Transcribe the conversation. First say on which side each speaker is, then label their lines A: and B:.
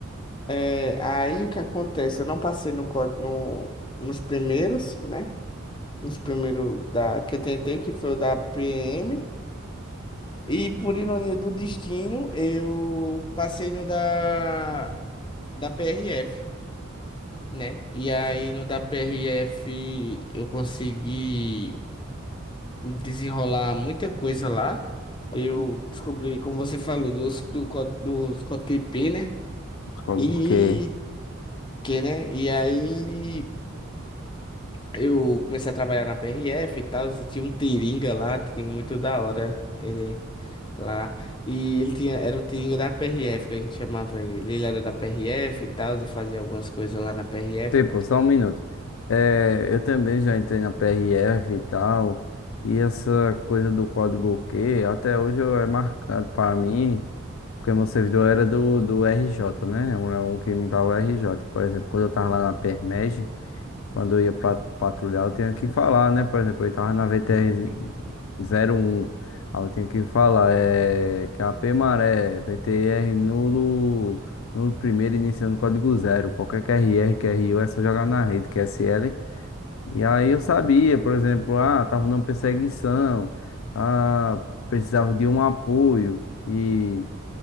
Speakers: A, on the left (about 25°); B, on the left (about 70°).
A: É, aí o que acontece? Eu não passei no, co- no- nos primeiros, né? Nos primeiros da, que eu tentei, que foi o da PM. E por ironia do destino, eu passei no da, da PRF, né? E aí no da PRF eu consegui desenrolar muita coisa lá. Eu descobri, como você falou, dos, do, co- dos código IP, né?
B: Concordo,
A: E
B: porque,
A: que, né? E aí. Eu comecei a trabalhar na PRF e tal, tinha um Tiringa lá, Tiringa muito da hora, ele lá. E ele tinha, era o Tiringa da PRF, que a gente chamava ele. Ele era da PRF e tal, e fazia algumas coisas lá na PRF.
B: tipo, só um minuto. É, eu também já entrei na PRF e tal, e essa coisa do código Q até hoje eu- é marcado para mim, porque meu servidor era do, do RJ, né? É Um, é um que imitava o RJ. Por exemplo, quando eu tava lá na PERMEG, Quando eu ia pra, patrulhar, eu tinha que falar, né? Por exemplo, eu tava na VTR-01. Aí eu tinha que falar é, que é a P Maré, VTR nulo, nulo primeiro, iniciando código zero. Qualquer QRR, QRU é só jogar na rede, QSL. E aí eu sabia, por exemplo, ah, tava numa perseguição, ah, precisava de um apoio. E